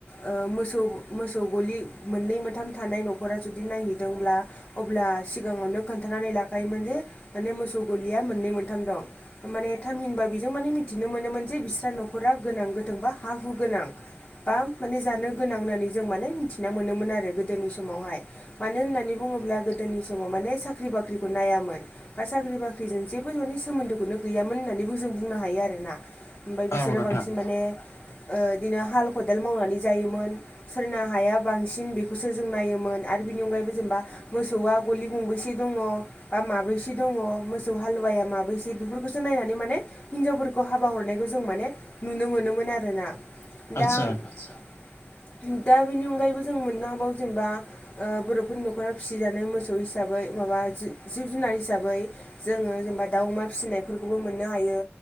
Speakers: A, on the left (about 30°); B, on the left (about 70°).
A: ओ मोसौ मोसौ गलि मोननै मोनथाम थानाय न'खरा जुदि नायहैदोंब्ला अब्ला सिगाङावनो खोन्थानानै लाखायोमोन जे माने मोसौ गलिया मोननै मोनथाम दं। माने थामहिनबा बेजों माने मिथिनो मोनोमोन जे बिस्रा न'खरा गोनां गोथोंबा हा हु गोनां बा माने जानो गोनां होननानै जों माने मिथिना मोनोमोन आरो गोदोनि समावहाय मानो होननानै बुङोब्ला गोदोनि समाव माने साख्रि बाख्रिखौ नायामोन। बा साख्रि बाख्रिजों जेबो माने सोमोन्दोखौनो गैयामोन होननानैबो जों बुंनो हायो आरोना ओमफाय बिसोरो
B: औ नोंथां
A: बांसिन माने ओ इदिनो हाल खदाल मावनानै जायोमोन। सोरना हाया बांसिन बेखौसो जों नायोमोन आरो बिनि अनगायैबो जेनेबा मोसौआ गलि गंबैसे दङ बा माबैसे दङ मोसौ हालुवाया माबैसे बेफोरखौसो नायनानै माने हिनजावफोरखौ हाबा हरनायखौ जों माने नुनो मोनोमोन आरोना
B: आदसा
A: दाम स हो दा बेनि अनगायैबो जों मोननो हाबाव जेनेबा ओ बर'फोरनि न'खरा फिसिजानाय मोसौ हिसाबै माबा जि जिब जुनार हिसाबै जोङो जेनेबा दाउ अमा फिसिनायफोरखौबो मोननो हायो